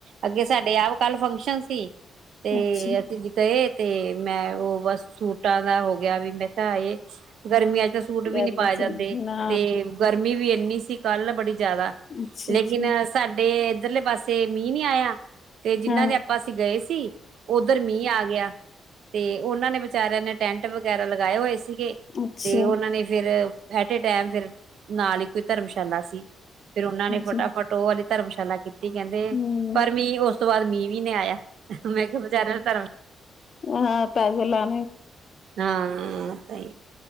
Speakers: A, on the right (about 75°); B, on the left (about 40°).
A: ਅੱਗੇ ਸਾਡੇ ਆਪ ਕੱਲ ਫੰਕਸ਼ਨ ਸੀ। ਤੇ
B: ਅੱਛਾ
A: ਅਸੀਂ ਜ ਕਹੇ ਤੇ ਮੈਂ ਉਹ ਬਸ ਸੂਟਾਂ ਦਾ ਹੋ ਗਿਆ ਵੀ ਮੈਂ ਕਿਹਾ ਇਹ ਗਰਮੀਆਂ ਚ ਸੂਟ ਵੀ
B: ਗਰਮੀ
A: ਨੀ ਪਾਏ ਜਾਂਦੇ
B: ਚ ਨਾ
A: ਤੇ ਗਰਮੀ ਵੀ ਇੰਨੀ ਸੀ ਕੱਲ, ਬੜੀ ਜਿਆਦਾ
B: ਅੱਛਾ-ਅੱਛਾ
A: ਲੇਕਿਨ ਸਾਡੇ ਇੱਧਰਲੇ ਪਾਸੇ ਮੀਂਹ ਨੀ ਆਇਆ ਤੇ ਜਿੰਨਾਂ
B: ਹਾਂ
A: ਦੇ ਆਪਾਂ ਅਸੀਂ ਗਏ ਸੀ ਓਧਰ ਮੀਂਹ ਆ ਗਿਆ ਤੇ ਉਹਨਾਂ ਨੇ ਵਿਚਾਰਿਆਂ ਨੇ ਟੈਂਟ ਵਗੈਰਾ ਲਗਾਏ ਹੋਏ ਸੀਗੇ।
B: ਅੱਛਾ-ਅੱਛਾ-ਅੱਛਾ
A: ਤੇ ਉਹਨਾਂ ਨੇ ਫੇਰ ਐਟੇ-ਟੈਮ ਫਿਰ ਨਾਲ ਹੀ ਕੋਈ ਧਰਮਸ਼ਾਲਾ ਸੀ। ਫੇਰ ਉਹਨਾਂ ਨੇ ਫਟਾਫਟ
B: ਜੀ,
A: ਉਹ ਵਾਲੀ ਧਰਮਸ਼ਾਲਾ ਕੀਤੀ। ਕਹਿੰਦੇ
B: ਹੂੰ
A: ਪਰ ਮੀਅ ਉਸ ਉਸ ਤੋਂ ਬਾਅਦ ਮੀਂਹ ਵੀ ਨ ਆਇਆ। ਮੈਂ ਕਿਹਾ ਵਿਚੇਾਰਿਆਂ ਨੂੰ ਧਰਮ
B: ਹਾਂ ਪੈਸਲਾ
A: ਹਾਂ ਸਹੀ,